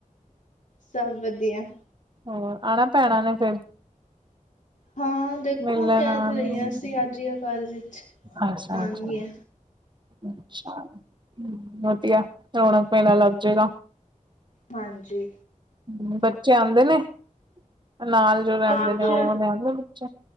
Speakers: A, on the left; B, on the right.
A: ਸਭ ਵਧੀਆ।
B: ਹੋਰ, ਆਣਾ ਭੈਣਾਂ ਨੇਂ ਫੇਰ?
A: ਹਾਂ! ਦੇਖੋ,
B: ਮਿਲਣ
A: ਕਹਿ
B: ਆਉਣ
A: ਤੇ ਰਹੀਆਂ ਸੀ ਅੱਜ ਯਾ ਕਲ ਵਿੱਚ
B: ਅੱਛਾ-ਅੱਛਾ,
A: ਆਨਗੀਆਂ।
B: ਅੱਛਾ ਹੂੰ ਵਧੀਆ ਰੌਣਕ ਮੇਲਾ ਲੱਗ ਜਾਏਗਾ।
A: ਹਾਂਜੀ!
B: ਹੂੰ ਬੱਚੇ ਆਉਂਦੇ ਨੇਂ? ਆਹ ਨਾਲ ਜੋ
A: ਬੱਚੇ
B: ਰਹਿੰਦੇਂ ਨੇਂ, ਉਹ ਨੀ ਆਉਂਦੇ ਬੱਚੇ?